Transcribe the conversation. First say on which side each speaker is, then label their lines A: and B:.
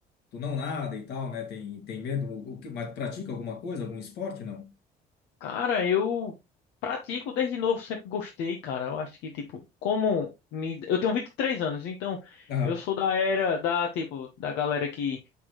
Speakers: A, on the left (about 75°); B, on the left (about 85°).
A: tu não nada e tal, né? Tem tem medo, o, o que, mas pratica alguma coisa, algum esporte, não?
B: Cara, eu pratico desde novo, sempre gostei, cara. Eu acho que, tipo, como me... Eu tenho 23 anos, então
A: Aham,
B: eu sou da era da, tipo, da galera que,